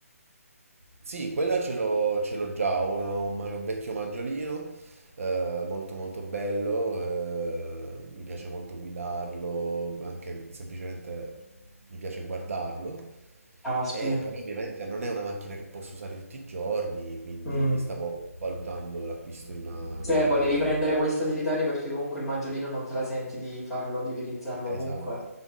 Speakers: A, on the right; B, in the centre.
A: Sì, quella ce l'ho ce l'ho già, ho un, un ma- un vecchio maggiolino, eh, molto molto bello, eh, mi piace molto guidarlo, anche semplicemente mi piace guardarlo,
B: Caspita.
A: e però Sì. ovviamente non è una macchina che posso usare tutti i giorni, quindi
B: Mm.
A: stavo valutando l'acquisto di una
B: Cioè,
A: nuova
B: volevi
A: macchina.
B: prendere questa utilitaria perché comunque il maggiolino non te la senti di farlo, di utilizzarlo
A: Esatto,
B: ovunque.